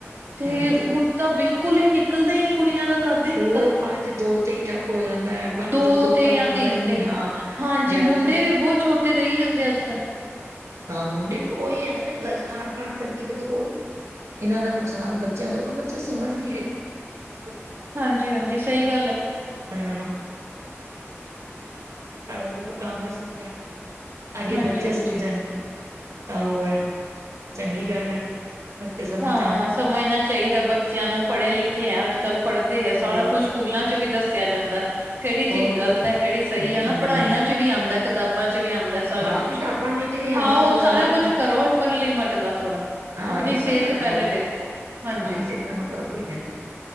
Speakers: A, on the right; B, on the right.
A: ਤੇ
B: ਹਾਂਜੀ
A: ਹੁਣ ਤਾਂ ਬਿਲਕੁਲ ਹੀ ਨਿਕਲਦੇ ਹੀ ਨੀ ਕੁੜੀਆਂ ਦਾ ਕੱਦ ਨੀ-
B: ਹੁਣ ਪੰਜ ਦੋ ਤੇ ਹੀ ਠੱਪ। ਹੋ ਜਾਂਦਾ ਹੈ। ਪੰਜ
A: ਦੋ
B: ਤੋਂ ਉੱਪਰ
A: ਤੇ
B: ਜਾਂਦਾ
A: ਜਾਂ ਤਿੰਨ
B: ਹੀ ਨਹੀਂ
A: ਤੇ
B: ਹਾਂ
A: ਹਾਂਜੀ,
B: ਜ਼ਿਆਦਾ
A: ਮੁੰਡੇ ਵੀ ਬਹੁਤ ਛੋਟੇ ਰਹੀ ਜਾਂਦੇ ਅੱਜ ਕੱਲ।
B: ਹਾਂ ਮੁੰਡੇ ਵੀ ਉਹੀ ਹੈ ਨਾ ਫੇਰ ਗ਼ਲਤ ਖਾਣ- ਪਾਣ ਕਰਕੇ ਤਾਂ ਕੋਲ ਇਹਨਾਂ ਦਾ ਨੁਕਸਾਨ ਬੱਚਿਆਂ ਕਰ ਪਰ ਬੱਚੇ ਸਮਝ ਨੀ ਰਹੇ। ਬ-
A: ਹਾਂਜੀ- ਹਾਂਜੀ ਸਹੀ ਗੱਲ ਹੈ।
B: ਤਾਂ ਇਹਨਾਂ ਨੂੰ। ਸਾਡਾ ਦੇਖੋ ਕੰਮ ਹੈ ਸਮ ਜਾਣਾ, ਅੱਗੇ
A: ਹਾਂਜੀ
B: ਬੱਚੇ
A: ਹਾਂਜੀ
B: ਸਮ ਜਾਣ। ਤਾਂ ਉਹ ਹੈ, ਚੰਗੀ ਗੱਲ ਹੈ। ਬੱਚੇ ਸਮਝ
A: ਹਾਂ
B: ਜਾਣ
A: ਸਮਝਣਾ ਚਾਹੀਦਾ ਬੱਚਿਆਂ ਨੂੰ ਪੜੇ ਲਿਖੇ ਹੈ ਅੱਜ- ਕੱਲ ਪੜਦੇ ਹੈ,
B: ਹੋਰ
A: ਸਾਰਾ ਕੁੱਛ ਸਕੂਲਾਂ ਚ ਵੀ ਦੱਸਿਆ ਜਾਂਦਾ। ਕਿਹੜੀ
B: ਹੋਰ
A: ਚੀਜ਼ ਗ਼ਲਤ ਹੈ, ਕਿਹੜੀ ਸਹੀ
B: ਹਮ
A: ਹੈ ਨਾ ਪੜਾਈਆਂ ਚ ਵੀ ਆਉਂਦਾ, ਕਿਤਾਬਾਂ ਚ ਵੀ ਆਉਂਦਾ। ਸਾਰਾ
B: ਹਾਂ
A: ਕੁਛ,
B: ਕਿਤਾਬਾਂ ਵਿੱਚ ਵੀ
A: ਖਾਓ
B: ਹੈਗਾ ਸਭ
A: ਸਾਰਾ
B: ਲਿਖਿਆ
A: ਕੁਛ
B: ਹੋਇਆ
A: ਕਰੋ ਪਰ ਲਿਮਟ ਦਾ ਥੋੜਾ।
B: ਹਾਂ
A: ਆਪਣੀ
B: ਲੀਮੜ
A: ਸਿਹਤ
B: ਦਾ ਖਾਓ,
A: ਪਹਿਲੇ ਦੇਖੋ ਹਾਂਜੀ
B: ਹਾਂ ਸੇਤਾ ਵਧਾਓ-